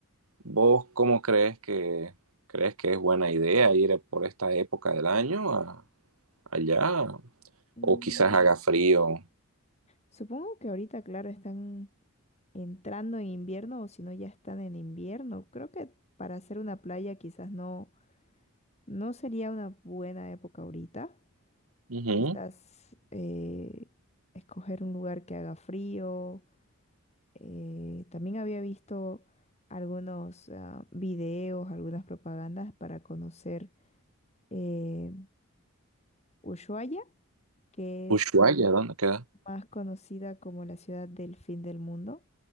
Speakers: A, on the right; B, on the left.
A: ¿vos cómo crees que crees que es buena idea ir por esta época del año a- allá?
B: Mm,
A: O quizás haga frío.
B: Supongo que ahorita, claro, están entrando en invierno o si no ya están en invierno. Creo que para hacer una playa quizás no, no sería una buena época ahorita.
A: Ujú.
B: Quizás eh, escoger un lugar que haga frío. Eh, también había visto algunos ah, videos, algunas propagandas para conocer eh, Ushuaia, que
A: Ushuaia,
B: es
A: ¿dónde queda?
B: más conocida como la ciudad del fin del mundo,